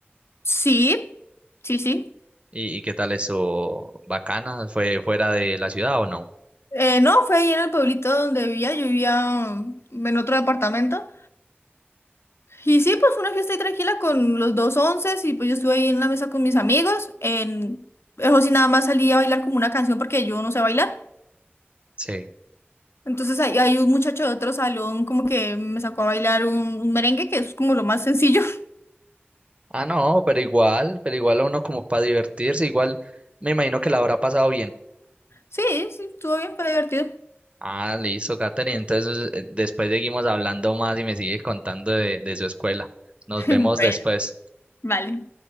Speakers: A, on the left (about 85°); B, on the right (about 30°).
A: Sí, sí, sí.
B: ¿Y, y qué tal eso? ¿Bacana? ¿Fue fuera de la ciudad o no?
A: Eh, no, fue ahí en el pueblito donde vivía, yo vivía mm, en otro departamento. Y sí, pues fue una fiesta ahí tranquila con los dos onces y pues yo estuve ahí en la mesa con mis amigos. En... Eso sí, nada más salí a bailar como una canción porque yo no sé bailar.
B: Sí.
A: Entonces ahí, hay un muchacho de otro salón como que me sacó a bailar un, un merengue que es como lo más sencillo. <laughs>
B: Ah, no, pero igual, pero igual a uno como para divertirse, igual me imagino que la habrá pasado bien.
A: Sí, sí, estuvo bien, fue divertido.
B: Ah, listo, Katherine. Entonces eh, después seguimos hablando más y me sigues contando de, de su escuela. Nos
A: <laughs>
B: vemos
A: Bueno,
B: después.
A: vale.